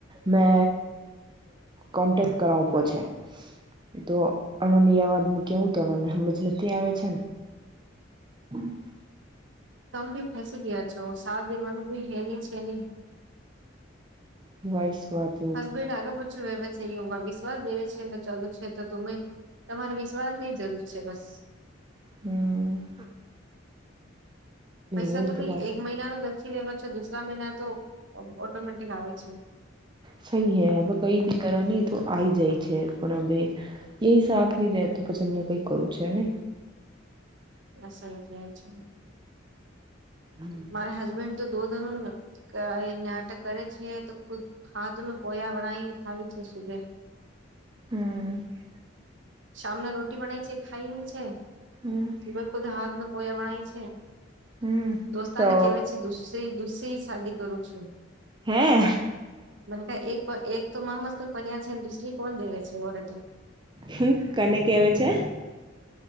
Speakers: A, on the right (about 25°); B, on the right (about 70°).
A: મે કોન્ટેક્ટ કરાવ પર છે. તો અણનયાવાદ કેવું તણને સમજ નથી આવે છે ને હમ
B: તમે ભી ફસી ગયા છો સાત દિવા નું ભી હે નય છે નય
A: વયસવાટ
B: હસબન્ડ આગળ પૂછ્યું સહયોગમાં વિશ્વાસ દેવે છે એટલે ચાલ છે તો તમે તમારે વિશ્વાસની જરૂર છે બસ.
A: હમ
B: પૈસા
A: વહી
B: તો ભી
A: વાત
B: એક મહિના ન દખી લેવા છે દુસરા મહિના તો ઓટોમેટિક આવે છે.
A: સહી હે હવે કઈ બી કરવાની તો આવીઈ જાય છે પણ હ એ સાથ નહી દે તો પછી હું કઈક કરું છે ને
B: <inaudible>
A: હમ
B: મારે હસબેન્ડ તો દો ધનોને ક એ નાટક કરે છે તો ખુદ હાત નું પોયા વળ થાય છે સુજે
A: હમ <inaudible>
B: સામને રોટી બનાાય છે ખાઈ એવી છે.
A: હમ <inaudible>
B: ત ખુદ હાથ ન પોયા વણાય છે
A: હમ
B: દોસ્તાને
A: તો
B: કેવા છે ગુસ્ લુસે શાદી કરું છું.
A: હે
B: બણકા એક એક તો મામસ્કલ પનિયા છેને દુસરી કોણ દેવે છે ઓ રતે <unintelligible>
A: હ કને કેવા છે.